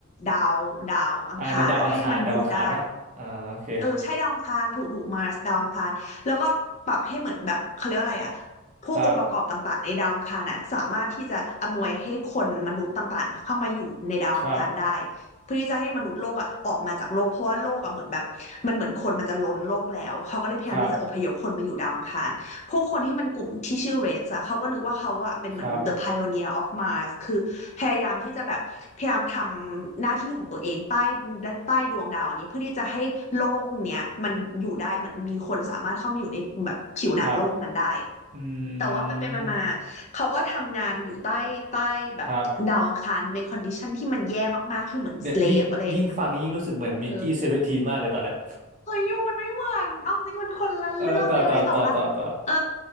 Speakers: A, on the left; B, on the right.
A: ดาวดาวอังคารอ่ะให้มันอยู่ได้
B: อ่าในดาวอังคารดาวอังคารปะอ่าโอเค
A: เออใช่ดาวอังคารถูกถูกมาร์สดาวอังคารแล้วก็ปรับให้เหมือนแบบเขาเรียกว่าอะไรอะพวกองค์ประกอบต่างๆในดาวอังคารน่ะสามารถที่จะอำนวยให้คนมนุษย์ต่างๆเข้ามาอยู่ในดาวอังคารได้
B: ครับครับ
A: เพื่อที่จะให้มนุษย์โลกอะออกมาจากโลกเพราะว่าโลกอะเหมือนแบบมันเหมือนคนมันจะล้นโลกแล้วเขาก็เลยพยายามที่จะอพยพคนมาอยู่ดาวอังคาร
B: ครับ
A: พวกคนที่มันกลุ่มที่ชื่อ Reds อะเขาก็นึกว่าเขาอะเป็นเหมือน
B: ครับ
A: the pioneer of Mars คือพยายามที่จะแบบพยายามทำหน้าที่ของตัวเองใต้และใต้ดวงดาวอันนี้เพื่อที่จะให้โลกเนี้ยมันอยู่ได้เหมือนมีคนสามารถเข้ามาอยู่ในแบบผิวหนังโลกนั้นได้
B: ครับอื
A: แต่ว่าไปไปมามาๆเขาก็ทำงานอยู่ใต้ใต้แบบดาวอังคารในคอนดิชันที่มันแย่มากๆคือเหมือน
B: มครับ <laughs> เนี่ยยิ่งยิ่งฟังยิ่งรู้สึกเหมือนมิกกี้เซเวนทีนมากเลยตอนเนี้ย
A: slave อะไรอย่างเงี้ยเออ เฮ้ยยูมันไม่เหมือนเอาจริงมันคนละเรื่องเลยเว้ยแต่ว่า
B: เออต่อต่อต่อต่อต่อ
A: เออ